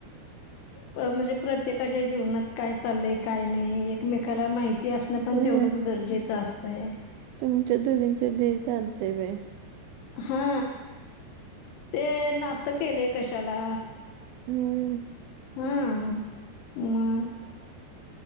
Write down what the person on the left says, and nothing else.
प म्हणजे प्रत्येकाच्या जीवनात काय चाललंय काय नाही एकमेकाला माहिती अस न पण
तेवढंच गरजेचं असतं आहे.
हा ते नातं केलेय कशाला.
हा मग.